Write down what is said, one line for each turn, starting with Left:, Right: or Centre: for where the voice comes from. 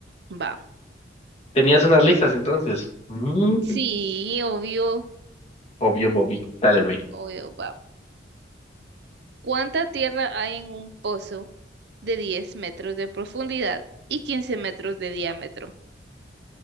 Right: Va.
Left: Tenías unas listas entonces. Mm,
Right: Sí, obvio,
Left: obvio, Bobby. Dale, ve.
Right: obvio, wow. ¿Cuánta tierra hay en un pozo de 10 metros de profundidad y 15 metros de diámetro?